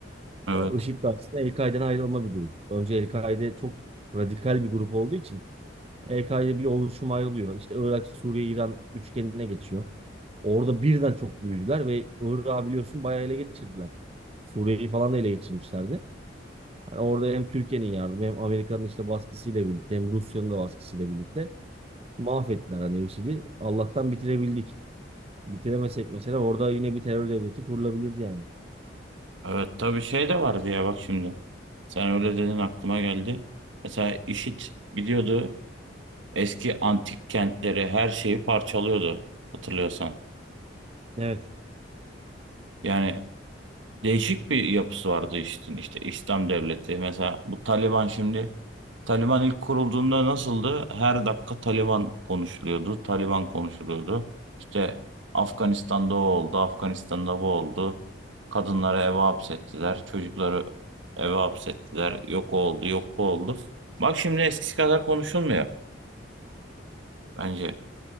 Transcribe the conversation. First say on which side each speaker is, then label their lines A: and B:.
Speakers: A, on the right; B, on the right.
A: Evet.
B: E, IŞİD de aslında El-Kaide'den ayrılma bir grup. Önce El-Kaide çok radikal bir grup olduğu için e EK'de bir oluşum ayrılıyor. İşte Irak, Suriye, İran üçgenine geçiyor. Orada birden çok büyüdüler ve Irak'ı biliyorsun bayağı ele geçirdiler. Suriye'yi falan da ele geçirmişlerdi. Hani orada hem Türkiye'nin yardımı hem Amerika'nın işte baskısıyla birlikte hem Rusya'nın da baskısıyla birlikte mahvettiler hani IŞİD'i. Allah'tan bitirebildik. Bitiremesek mesela orada yine bir terör devleti kurulabilirdi yani.
A: Evet tabii şey de vardı ya bak şimdi. Sen öyle dedin aklıma geldi. Mesela IŞİD gidiyordu eski antik kentleri her şeyi parçalıyordu hatırlıyorsan.
B: Evet
A: Yani değişik bir yapısı vardı işte, işte İslam devleti. Mesela bu Taliban şimdi Taliban ilk kurulduğunda nasıldı? Her dakika Taliban konuşuluyordu. Taliban konuşuluyordu. İşte Afganistan'da o oldu, Afganistan'da bu oldu. Kadınları eve hapsettiler, çocukları eve hapsettiler. Yok o oldu, yok bu oldu. Bak şimdi eskisi kadar konuşulmuyor bence.